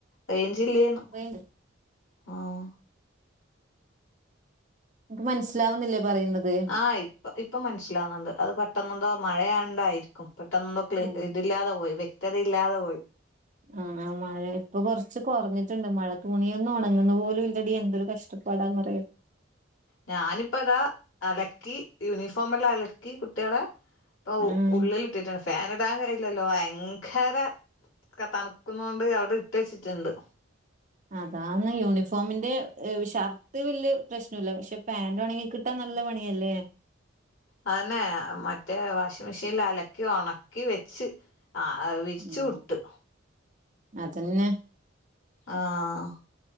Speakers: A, on the left; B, on the right.
A: റേഞ്ചില്ലേന്ന്
B: എനിക്ക്
A: ആഹ്
B: <unintelligible> ക്ക് മനസ്സിലാവുന്നില്ലേ പറയുന്നത്
A: ആഹ് ഇപ്പ ഇപ്പൊ മനസ്സിലാവുന്നുണ്ട് അത് പെട്ടെന്നന്തോ മഴയാണ്ടായിരിക്കും പെട്ടന്നെന്തോ ക്ലി
B: ഉം
A: ഇതില്ലാതെ പോയി വ്യക്തത ഇല്ലാതെ പോയി.
B: ആ മ മഴ ഇപ്പൊ കൊറച്ച് കൊറഞ്ഞിട്ട്ണ്ട് മഴ തുണിയൊന്നും ഒണങ്ങുന്ന് പോലും ഇല്ലടി എന്തൊരു കഷ്ടപ്പാടാന്ന് അറിയോ <inaudible>
A: ഞാനിപ്പോ ഇതാ അലക്കി യൂനിഫോം എല്ലാം അലക്കി കുട്ട്യോളെ, ഇപ്പൊ
B: ആഹ്
A: ഉള്ളിൽ ഇട്ടിട്ടാണ് ഫാൻ ഇടാൻ കഴയില്ലല്ലോ വയങ്കര തണുക്കുന്നോണ്ട് അവിടെ ഇട്ട് വെച്ചിട്ട്ണ്ട്.
B: അതാന്ന് യൂണിഫോമിന്റെ ഏ ഷർട്ട് വല്ല്യ പ്രശ്നൂല്ല പക്ഷെ പാന്റ് ഒണങ്ങി കിട്ടാൻ ന ല്ല പണിയല്ലേ
A: അതന്നെ മറ്റേ വാഷിംഗ്‌ മെഷീനിൽ അലക്കി ഒണക്കി വെച്ച് ആ വിരിച്ചുവിട്ട്
B: ഉം അതന്നെ
A: ആഹ്.